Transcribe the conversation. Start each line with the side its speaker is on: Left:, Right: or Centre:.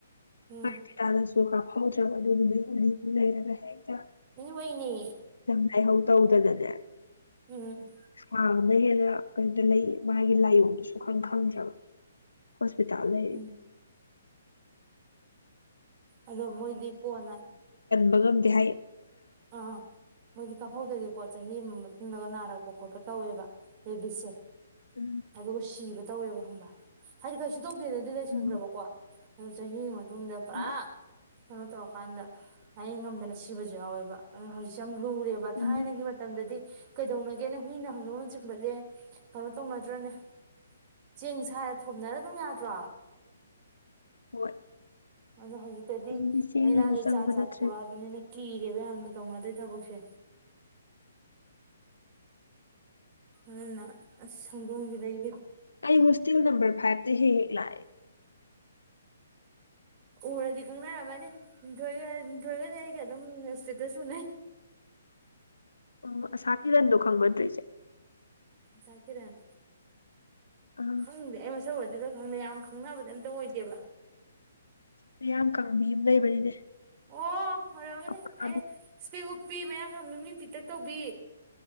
Right: ꯎꯝ
Left: ꯃꯥꯦ ꯇꯥꯗ <unintelligible> ꯀꯥꯞꯐꯧꯗꯔꯕ ꯑꯗꯣ ꯅꯨꯃꯤꯠ ꯍꯨꯝꯅꯤꯃꯨꯛ ꯂꯩꯔꯒ ꯍꯦꯛ
Right: ꯃꯤꯑꯣꯏꯅꯤ
Left: ꯂꯥꯏꯍꯧ ꯇꯧꯗꯅꯅꯦ
Right: ꯎꯝ
Left: ꯁꯥꯡꯕꯅ ꯍꯦꯟꯅ ꯀꯔꯤ ꯂꯩ ꯃꯥꯒꯤ ꯂꯥꯏꯑꯣꯡꯗꯨꯁꯨ ꯈꯪ ꯈꯪꯗ꯭ꯔꯕ ꯍꯣꯁꯄꯤꯇꯥꯜ ꯂꯩ
Right: ꯎꯝ ꯑꯗꯣ ꯃꯣꯏꯗꯤ ꯀꯣꯟꯅ
Left: ꯒꯝꯗꯤ ꯍꯥꯏ <unintelligible>
Right: ꯑꯥ ꯃꯣꯏꯗꯤ ꯀꯥꯞꯍꯧꯗꯗꯤꯀꯣ ꯆꯍꯤ ꯑꯃ ꯃꯇꯨꯡꯗꯒ ꯅꯥꯔꯛꯄ ꯈꯣꯠꯄ ꯇꯧꯋꯦꯕ ꯔꯦꯕꯤꯁꯁꯦ
Left: ꯎꯝ
Right: ꯑꯗꯨꯒ ꯁꯤꯕ ꯇꯧꯋꯦꯕ ꯈꯪꯕ ꯍꯥꯏꯗꯤ ꯀꯩꯁꯨ ꯇꯧꯗꯦꯗꯗꯤ ꯂꯩꯁꯟꯒꯔꯥꯕꯀꯣ
Left: ꯎꯝ
Right: ꯑꯗꯨꯒ ꯆꯍꯤ ꯑꯃ <unintelligible> ꯇꯨꯡꯗꯕꯥ
Left: ꯍꯣꯏ
Right: ꯀꯩꯅꯣ ꯇꯧꯔꯀꯥꯟꯗ ꯂꯌꯦꯡꯕ ꯉꯝꯗꯅ ꯁꯤꯕꯖꯨ ꯌꯥꯎꯋꯦꯕ ꯑ ꯍꯧꯖꯤꯛ ꯁꯦ ꯌꯥꯝ ꯂꯨꯏ ꯂꯨꯔꯦꯕ
Left: ꯎꯝ
Right: ꯊꯥꯏꯅꯒꯤ ꯃꯇꯝꯗꯗꯤ ꯀꯩꯗꯧꯅꯒꯦꯅꯦ ꯍꯨꯏꯅ ꯍꯧꯗꯣꯡꯅ ꯆꯤꯛꯄꯖꯦ ꯀꯩꯅꯣ ꯇꯧꯅꯗ꯭ꯔꯅꯦ ꯆꯦꯡ ꯁꯥꯏꯔ ꯊꯣꯝꯅꯔ ꯑꯗꯨꯝ ꯌꯥꯗ꯭ꯔꯣ
Left: ꯍꯣꯏ
Right: ꯑꯗꯣ ꯍꯧꯖꯤꯛꯇꯗꯤ
Left: ꯑꯗꯨꯗꯤ ꯆꯦꯜꯂꯒ
Right: ꯂꯥꯏꯅꯥꯁꯦ
Left: ꯆꯪꯕ
Right: ꯖꯥꯠ ꯖꯥꯠ
Left: ꯅꯠꯇ꯭ꯔꯦ
Right: ꯊꯣꯛꯂꯛꯑꯕꯅꯤꯅ ꯀꯤ ꯌꯥꯝꯅ ꯇꯧꯅꯣꯏ ꯊꯕꯛꯁꯦ ꯑꯗꯨꯅ ꯑꯁ ꯍꯧꯗꯣꯡꯖꯤꯗꯩ
Left: ꯑꯩ ꯍꯣꯁꯇꯦꯜ ꯅꯝꯕꯝꯕꯔ ꯐꯥꯞ ꯇ ꯍꯦꯛ ꯍꯦꯛ ꯂꯛꯑꯦ
Right: ꯎꯔꯗꯤ ꯈꯪꯅꯔꯝꯃꯅꯤ ꯂꯤꯟꯊꯣꯏꯒ ꯊꯣꯏꯔꯒꯗꯤ ꯑꯩꯒ ꯑꯗꯨꯝ ꯁꯇꯦ ꯇꯁꯨꯁꯨ ꯅ <unintelligible>
Left: ꯎꯝ ꯑꯁꯥꯀꯤꯔꯟꯗꯣ ꯈꯪꯕ ꯅꯠꯇ꯭ꯔꯣ ꯆꯦ
Right: ꯑꯁꯥꯀꯤꯔꯟ
Left: ꯑꯥ
Right: ꯈꯪꯗꯦ ꯑꯗꯨ ꯑꯣꯏꯗꯣꯏꯔ ꯈꯪꯗꯦ ꯌꯥꯝ ꯈꯪꯅꯕꯗꯤ ꯑꯝꯇ ꯑꯣꯏꯗꯦꯕ
Left: ꯃꯌꯥꯝ ꯀꯪꯕꯤ ꯑꯃ ꯂꯩꯕꯅꯤꯅꯦ
Right: ꯑꯣ ꯍꯔꯃꯅꯤ
Left: ꯑꯄꯥꯕꯤ
Right: ꯑꯩ ꯏꯁꯄꯦꯛ ꯅꯨꯄꯤ ꯃꯌꯥꯡ ꯀꯪꯕꯤ ꯃꯤ ꯄꯤꯠꯇ ꯇꯧꯕꯤ